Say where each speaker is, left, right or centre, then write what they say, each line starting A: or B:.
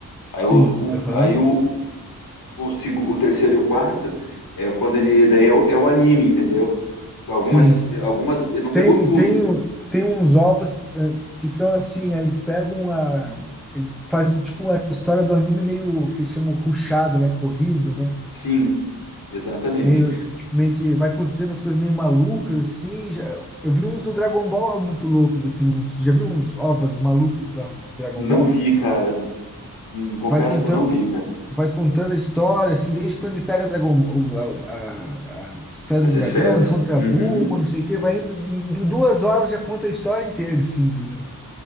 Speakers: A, on the left (about 75°); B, in the centre.
A: Aí
B: Sim,
A: o, o-
B: aham.
A: aí o, O, segu- o terceiro e o quarto é quando ele. Daí é o, é o anime, entendeu? Algumas,
B: Sim.
A: algumas. Ele não pegou
B: Tem,
A: tudo.
B: tem, o- tem uns ovos eh, que são assim, né? Eles pegam a. Eles fazem tipo uma história do anime meio que eles chamam rushado, né? Corrido, né?
A: Sim, exatamente.
B: Meio, tipo, meio que vai acontecendo as coisas meio malucas, assim. Já, eu vi uns do Dragon Ball muito loucos, assim. Uns, já vi uns ovas malucos da Dragon
A: Não
B: Ball?
A: vi, cara. Confesso
B: Vai contando,
A: que eu não vi, cara.
B: vai contando a história, assim, desde quando ele pega a, Dragon, o- a, a, a esfera
A: As
B: do dragão,
A: esferas.
B: encontra
A: Uhum.
B: a Bulma, não sei o quê. Vai indo, em duas horas já conta a história inteira, assim, do negócio.